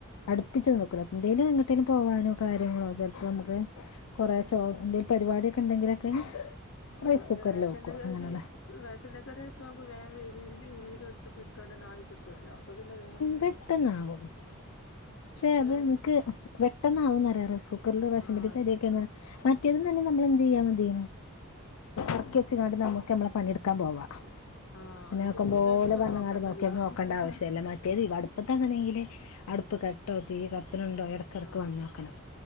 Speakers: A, on the left (about 90°); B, on the left (about 65°).
A: അടുപ്പിച്ച് നോക്കൂ എന്തേലും ട്ടിന് പോവാനോ കാര്യങ്ങളോ ചെൽപ്പോ നമുക്ക് കുറെ ചോ എന്തെൽ പരിപാടി ഒക്കെ ഉണ്ടെങ്കിലൊക്കെ
B: ആഹ്
A: റൈസ് കുക്കറിൽ
B: ഈ റേഷനരി
A: വെക്കും അങ്ങനെയുള്ള
B: റേഷന്റെ ഒക്കെ ആവുമ്പോ വേ വരി <unintelligible> രണ്ട് മിനുട്ട് കൊണ്ട് ആയി കിട്ടും ട്ടുവല്ലൊ അപ്പൊ പിന്നെ വേ
A: പെട്ടെന്നാവും. പക്ഷെ അത്
B: ഏഹ്
A: ഇന്ക്ക് പെട്ടെന്നാവും എന്ന് അറിയാ റൈസ് കുക്കറിൽ റേഷൻ
B: ആഹ്
A: പിടിയെത്തെ അരിയൊക്കെ മറ്റേതും തന്നെ നമ്മള് എന്ത് ചെയ്യ മതി എർക്കിയച്ങ്ങാണ്ട് നമക്ക് നമ്മളെ പണിയെടുക്കാൻ പോവാ.
B: ആഹ്
A: പിന്നെ
B: അത്
A: ആക്കം പോലെ
B: അയ്മക്ക്
A: വന്ന്ങ്ങാട്ട്
B: നോക്കണ്ടല്ലോ
A: നോക്കിയ നോക്കണ്ട
B: പിന്നെ
A: ആവശ്യ മറ്റേത് അടുപ്പത്താന്ന്ണ്ടെങ്കില് അടുപ്പ് കെട്ടോ തീ കത്ത്ണ്‌ണ്ടോ എട ക്കെടക്ക്
B: ആഹ്
A: വന്നോക്കണം.